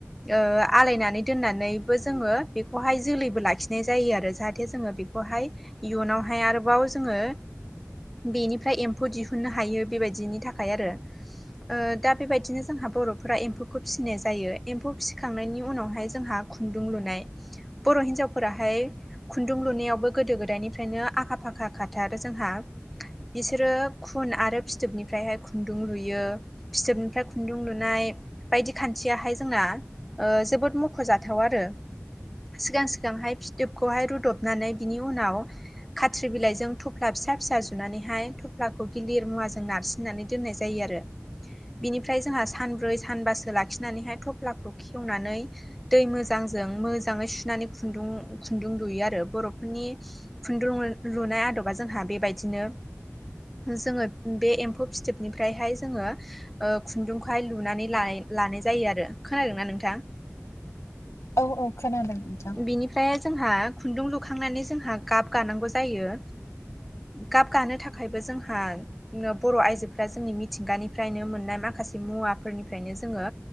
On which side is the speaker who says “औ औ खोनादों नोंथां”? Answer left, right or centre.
Left